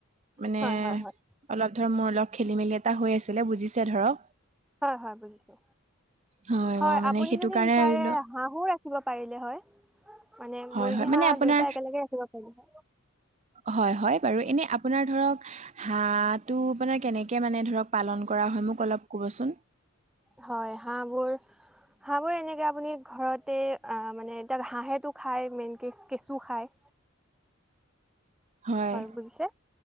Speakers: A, on the right (about 35°); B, in the centre.
A: মানে
B: হয় হয় হয়
A: অলপ ধৰ মোৰ অলপ খেলি মেলি এটা হৈ আছিলে বুজিছে ধৰক।
B: হযঁ হয়ঁ, বুজিছো
A: হয়
B: হয়ঁ,
A: মই মানে
B: আপুনি
A: সেইটো
B: যদি
A: কাৰণে
B: বিচাৰে-
A: ভাবিলো
B: হাঁহো ৰাখিব পাৰিলে হয়, মানে
A: হয়
B: মুৰ্গী
A: হয় মানে
B: হাঁহ
A: আপোনাৰ
B: দুইটা একেলগে ৰাখিব পাৰিলে হয়।
A: হয়ঁ হয়ঁ বাৰু এনে আপোনাৰ ধৰক- হাঁহ টো মানে কেনেকে মানে ধৰক পালন কৰা হয়, মোক অলপ কবচোন?
B: হয়ঁ, হাঁহবোৰ- হাঁহবোৰ এনেকৈ আপুনি ঘৰতে আ মানে এতিয়া হাঁহেতো খায় মেইনকেচ কেঁচু খায়।
A: হয়,
B: হয়ঁ, বুজিছে